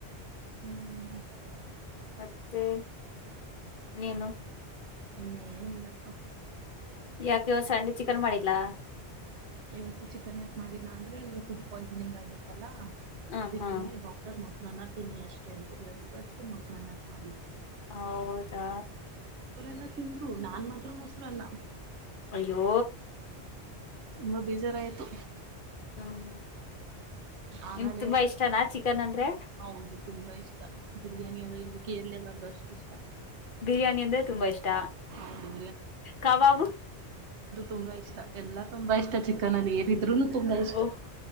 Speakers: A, on the right; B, on the left.
A: ಹ್ಮ್
B: ಮತ್ತೆ ನೀೇನು
A: ನ್ನೇಲ್ಲಪ್ಪ
B: ಯಾಕೆ ಸ್ಯಾಂಡಿ ಚಿಕನ್ ಮಾಡಿಲ್ಲಾ
A: ಇವತ್ತು ಚಿಕನ್ ಯಾಕ ಮಾಡಿಲ್ಲ ಅಂದ್ರೆ ನನ್ಗೆ ಫುಡ್ ಪಾಯ್ಸನಿಂಗ್ ಆಗಿತ್ತಲ್ಲಾ
B: ಹ
A: ಅದಕ್ಕೇ
B: ಹಾ
A: ಡಾಕ್ಟರ್ ಮೊಸಲಾನ ತಿೀನಿ ಅಷ್ಟೇ ಅಂತ ಹೇಳ್ಬೋುದು ಅದಕ್ಕೆ ಮೊಸಲಾನ ಮಾಡಿ
B: ಹೌದಾ
A: ಲ್ಲ ತಿಂದ್ರು ನಾನ್ ಮಾತ್ರ ಮೊಸರು ಅಲ್ಲ
B: ಅಯ್ಯೋ
A: ತುಂಬ ಬೇಜಾರ ಆಯ್ತು
B: ಹ್ಮ್
A: ಆಮೇಲೆ
B: ನಿಮ್ ತುಂಬಾ ಇಷ್ಟನಾ ಚಿಕನ್ ಅಂದ್ರೆ
A: ಹೌದು ತುಂಬಾ ಇಷ್ಟ ಬಿರಿಯಾನಿ ಅ್ರ ಇಲ್ಲಿಕ್ಕೆ ಎರಲ್ಲೇಬಾರ್ದು ಅಷ್ಟು ಇಷ್ಟ
B: ಬಿರಿಯಾನಿ ಅಂದ್ರೆ ತುಂಬಾ ಇಷ್ಟ
A: ಹೌದು
B: ಕಬಾಬು
A: ತುಂಬ ಇಷ್ಟ ಎಲ್ಲ ತುಂಬ ಇಷ್ಟ ಚಿಕನಲ್ಲಿ ಏರಿದ್ರರು ತುಂಬಾ ಇಷ್ಟ
B: ಓಹ